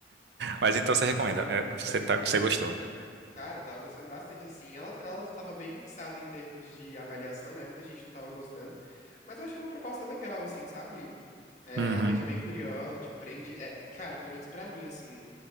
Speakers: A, on the right; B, on the left.
A: Mas então você recomenda, é, você, tá- você gostou.
B: Cara, eu tava gostando bastante, assim. Ela, ela tava bem mixada em termos de avaliação, né? Muita gente não tava gostando. Mas eu achei uma proposta legal, assim, sabe? É,
A: Uhum.
B: realmente é bem curiosa, te prende. É, cara, pelo menos pra mim, assim,